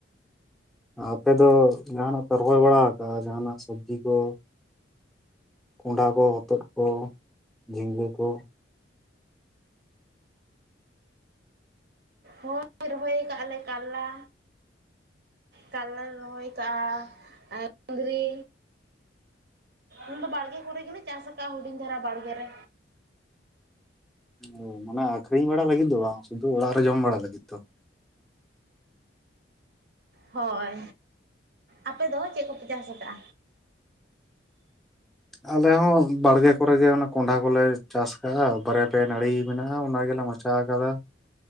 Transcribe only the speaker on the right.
ᱦᱳᱭ ᱨᱚᱦᱚᱭ ᱠᱟᱜᱼᱟ ᱞᱮ ᱠᱟᱨᱞᱟ ᱠᱟᱨᱞᱟ ᱞᱮ ᱨᱚᱦᱚᱭ ᱠᱟᱜᱼᱟ, ᱟᱨ ᱠᱩᱸᱫᱽᱨᱤ, ᱩᱱ ᱫᱚ ᱵᱟᱲᱜᱮ ᱠᱚᱨᱮ ᱜᱮᱞᱮ ᱪᱟᱥ ᱟᱠᱟᱜᱼᱟ ᱦᱩᱰᱤᱧ ᱫᱷᱟᱨᱟ ᱵᱟᱲᱜᱮ ᱨᱮ,
ᱦᱳᱭ, ᱟᱯᱮ ᱫᱚ ᱪᱮᱫ ᱠᱚᱯᱮ ᱪᱟᱥ ᱟᱠᱟ?